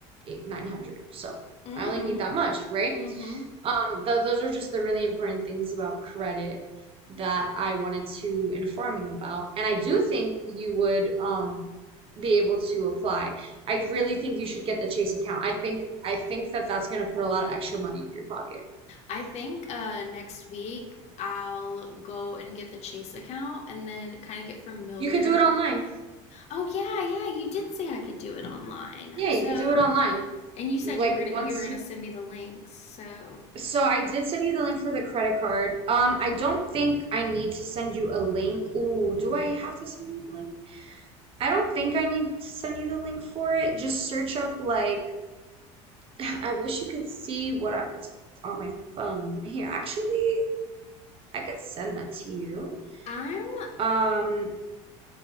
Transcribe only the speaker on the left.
hmm
hmm
I think uh next week I'll go and get the Chase account and then kind of get familiar.
Oh yeah, yeah, you did say I could do it online.
So,
and you said
you were gonna
you were gonna
send me the links. So,
I'm